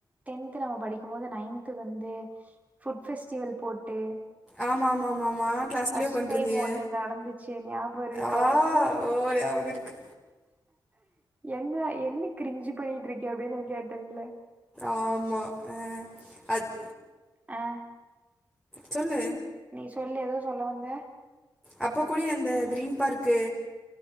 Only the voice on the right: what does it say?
டென்த்து நம்ம படிக்கு போது நைன்த்து வந்து ஃபுட் ஃபெஸ்டிவல் போட்டு
ஃபர்ஸ்ட்
டைம் ஒண்ணு நடந்துச்சு ஞாபம் இருக்கா
என்ன என்ன கிரிஞ்சு பண்ணிட்டுருக்க அப்டின்னு நா கேட்டேன்ல
ஆ
நீ சொல்லு ஏதோ சொல்ல வந்த